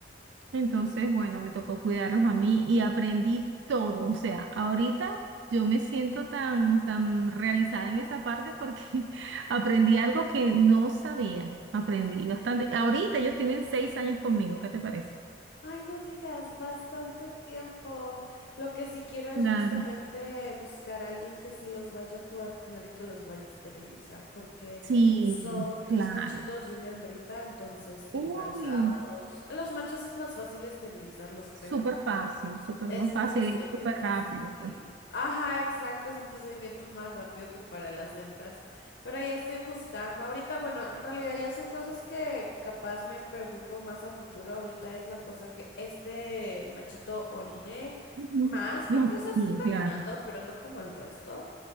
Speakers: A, on the right; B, on the left.
A: Entonces, bueno, me tocó cuidarlos a mí y aprendí todo. O sea, ahorita yo me siento tan, tan realizada en esa parte porque <laughs> aprendí algo que no sabía. Aprendí bastante. Ahorita ellos tienen seis años conmigo, ¿qué te parece?
B: Ay, no digas, bastante tiempo. Lo que sí quiero es
A: Claro.
B: justamente buscar a alguien que sí los vaya a poder tener y que los vaya a esterilizar, porque
A: Sí,
B: son tres
A: claro.
B: machitos y una hembrita, entonces
A: Uy,
B: igual, o sea, a todos, a los machos es más fácil esterilizarlos, creo,
A: súper
B: porque
A: fácil, súper
B: Es
A: más
B: un
A: fácil
B: procedimiento,
A: y súper rápido,
B: sí.
A: pues.
B: Ajá, exacto, es un procedimiento más rápido que para las hembras. Pero ya estoy buscando. Ahorita, bueno, en realidad ya son cosas que capaz me preocupo más a futuro. Ahorita es la cosa que este machito orine
A: Ujú.
B: más, porque,
A: No,
B: o sea, sí
A: Sí,
B: está
A: claro,
B: orinando, pero no como el resto.